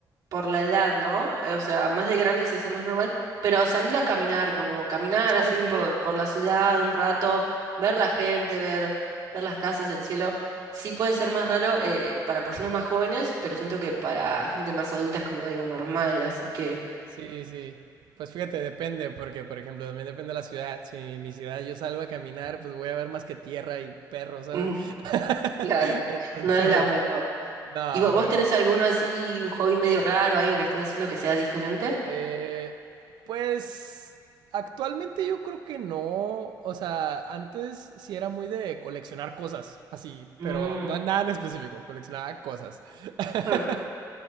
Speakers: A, on the right; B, on the right.
A: por la edad, ¿no? Eh, O sea, más de grande se hace más normal, pero salir a caminar, como caminar así
B: Ok.
A: por, por la ciudad un rato, ver la gente, ver, ver las casas, el cielo, sí puede ser más raro eh, para personas más jóvenes, pero siento que para gente más adulta es como algo normal, así que...
B: Sí, sí. Pues fíjate, depende, porque por ejemplo, también depende de la ciudad. Si en mi ciudad yo salgo a caminar, pues voy a ver más que tierra y perros, ¿sabes?
A: mm,
B: <laughs>
A: Claro,
B: Entonces,
A: no es la mejor.
B: no,
A: ¿Y vo- vos
B: pero
A: tenés alguno así, un hobby medio raro, algo que estés haciendo que sea diferente?
B: eh, pues actualmente yo creo que no. O sea, antes sí era muy de coleccionar cosas, así,
A: Mm,
B: pero no nada en específico, coleccionaba cosas. <laughs>
A: claro.